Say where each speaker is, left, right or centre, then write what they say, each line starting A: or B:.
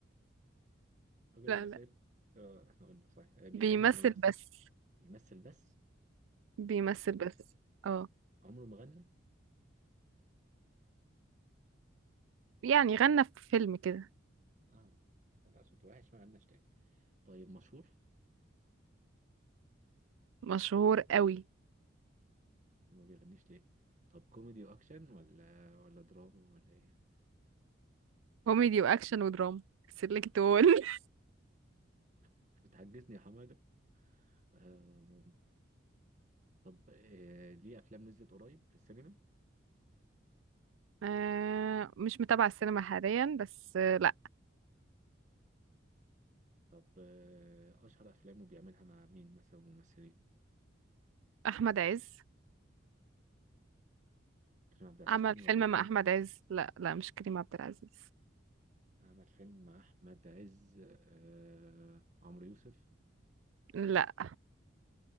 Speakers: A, on the right; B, on the right.
A: راجل
B: لا
A: ولا
B: لا
A: ست آه احنا قلنا صحيح آه بيغني
B: بيمثل
A: ولا ممثل
B: بس
A: بيمثل بس
B: بيمثل بس اه
A: عمره ما غنى
B: يعني غنى في فيلم كده
A: اه لا صوت وحش ما غناش تاني طيب مشهور
B: مشهور قوي
A: ما بيغنيش ليه طب كوميدي واكشن ولا ولا دراما ولا ايه
B: كوميدي واكشن ودراما سيلكت اول <laughs>
A: انت بتحجزني يا حماده آه طب آه ليه افلام نزلت قريب في السينما
B: آه مش متابعة السينما حاليا بس آه لا
A: طب آه اشهر افلامه بيعملها مع مين مثلا ممثلين
B: احمد عز
A: كريم عبد العزيز
B: عمل
A: تاني
B: فيلم
A: ولا ايه
B: مع احمد عز لا لا مش كريم عبد العزيز
A: عمل فيلم مع احمد عز آه عمرو يوسف
B: لا